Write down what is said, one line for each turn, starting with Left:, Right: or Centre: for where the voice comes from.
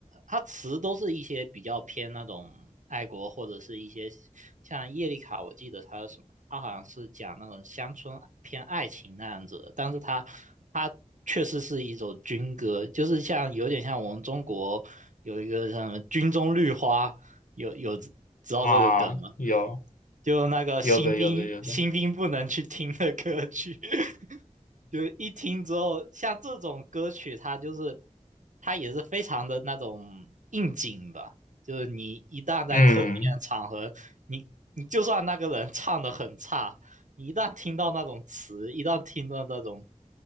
Right: 它词都是一些比较偏那种爱国或者是一些像叶丽卡，我记得他什么，他好像是讲那种乡村偏爱情那样子但是他他确实是一首军歌，就是像有点像我们中国有一个像什么“军中绿花”，有有知道这个梗吗？
Left: 啊，有
Right: 就那个新兵新兵不能去听的歌曲，
Left: 有的有的有的，
Right: <laughs> 就一听之后，像这种歌曲，它就是它也是非常的那种应景吧，就是你一旦在特定的场合，
Left: 嗯
Right: 你你就算那个人唱的很差，你一旦听到那种词，一旦听到那种